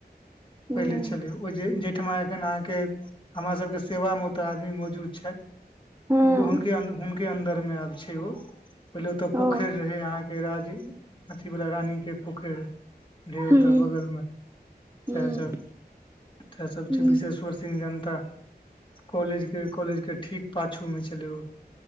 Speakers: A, on the right; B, on the left.
A: हूँ
B: पहिले छलै ओ जे तेहमा एखन अहाँके हमरा सबके सेवा मे ओतऽ आदमी मौजूद छैथ
A: हूँ
B: ओ हुनके हुनके अन्दर में आब छै ओ पहिले ओते
A: ओ
B: पोखरि रहे अहाँके राज्य वाल रानी के पोखैर रहे
A: हूँ
B: ओत बगल मे
A: हूँ
B: सेह् सब त सब
A: हूँ
B: छै विशेश्वर सिंह जनता कॉलेज के कॉलेज के ठीक पाछू में छलै ओ